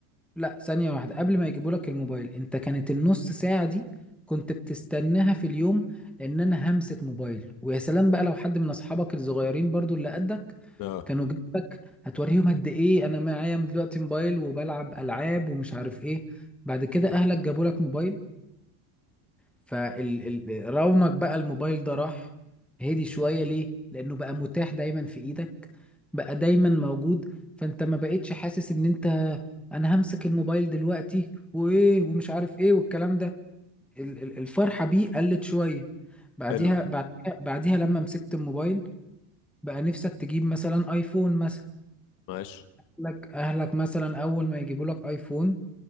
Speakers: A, in the centre; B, on the left.
A: لا ثانية واحدة قبل ما يجيبوا لك الموبايل انت كانت النص ساعة دي كنت بتستناها في اليوم لان انا همسة موبايل ويا سلام بقى لو حد من اصحابك الصغيرين برضو اللي قدك
B: اه
A: كانوا جنبك هتوريهم قد ايه انا معايا دلوقتي موبايل وبلعب العاب ومش عارف ايه بعد كده اهلك جابوا لك موبايل فرونق بقى الموبايل ده راح هدي شوية ليه؟ لأنه بقى متاح دايما في إيدك بقى دايما موجود فأنت ما بقتش حاسس إن أنت أنا همسك الموبايل دلوقتي وإيه ومش عارف إيه والكلام ده ال- ال- الفرحة بيه قلت شوية بعديها
B: حلو
A: بعديها بعديها لما مسكت الموبايل بقى نفسك تجيب مثلا آيفون مثلا
B: ماشي
A: أهلك أهلك مثلا أول ما يجيبوا لك آيفون